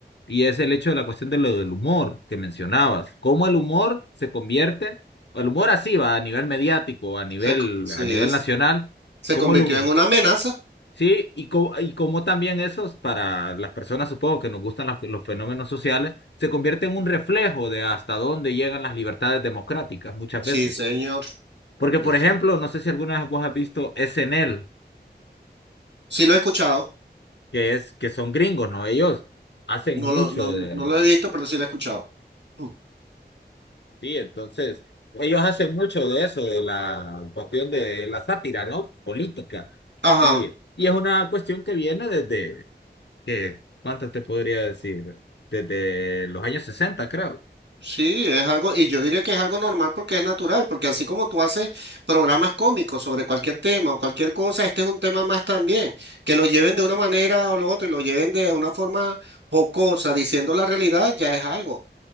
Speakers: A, on the left; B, on the right.
A: y es el hecho de la cuestión de lo del humor que mencionabas. Cómo el humor se convierte, el humor así va a nivel mediático, a nivel,
B: se,
A: a nivel
B: sí,
A: nacional,
B: se
A: cómo
B: convirtió
A: el humor,
B: en una amenaza.
A: Sí, y, co- y como también esos, para las personas supongo que nos gustan los, los fenómenos sociales, se convierte en un reflejo de hasta dónde llegan las libertades democráticas muchas
B: Sí,
A: veces.
B: señor.
A: Porque, por
B: Eso.
A: ejemplo, no sé si alguna vez vos has visto SNL,
B: Sí, lo he escuchado.
A: que es, que son gringos, ¿no? Ellos hacen
B: No
A: mucho
B: lo, no,
A: de...
B: no lo he visto, pero sí lo he escuchado. Mm.
A: Sí, entonces, ellos hacen mucho de eso, de la cuestión de la sátira, ¿no? Política.
B: Ajá,
A: Y, y es una cuestión que viene desde ¿Qué? ¿Cuántas te podría decir? Desde los años 60, creo.
B: sí, es algo, y yo diría que es algo normal porque es natural, porque así como tú haces programas cómicos sobre cualquier tema o cualquier cosa, este es un tema más también, que lo lleven de una manera o lo otro y lo lleven de una forma jocosa, diciendo la realidad, ya es algo.